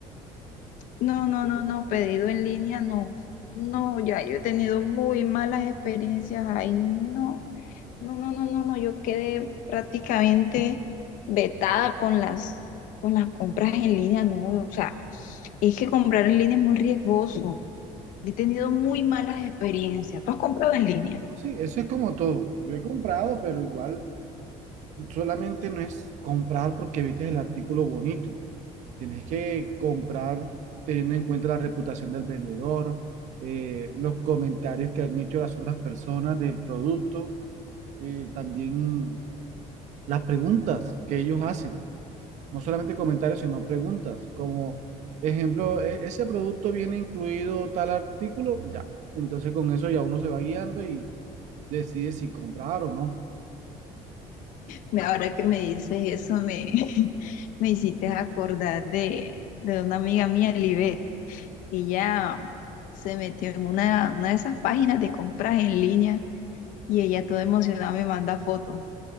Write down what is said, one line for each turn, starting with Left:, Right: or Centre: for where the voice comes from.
Left: no, no, no, no, pedido en línea no. No, ya yo he tenido muy malas experiencias ahí. No, no, no, no, no, no. Yo quedé prácticamente vetada con las, con las compras en línea, no. O sea, es que comprar en línea es muy riesgoso. He tenido muy malas experiencias. ¿Tú has comprado en línea?
Right: sí, eso es como todo. Yo he comprado, pero igual. Solamente no es comprar porque viste el artículo bonito. Tienes que comprar teniendo en cuenta la reputación del vendedor, eh, los comentarios que han hecho las otras personas del producto, eh, también las preguntas que ellos hacen. No solamente comentarios, sino preguntas. Como ejemplo, "E- ese producto viene incluido tal artículo, ya. Entonces con eso ya uno se va guiando y decide si comprar o no.
Left: Me- Ahora que me dices eso, me, <laughs> me hiciste acordar de, de una amiga mía, Libet, y ella se metió en una, una de esas páginas de compras en línea y ella toda emocionada me manda fotos.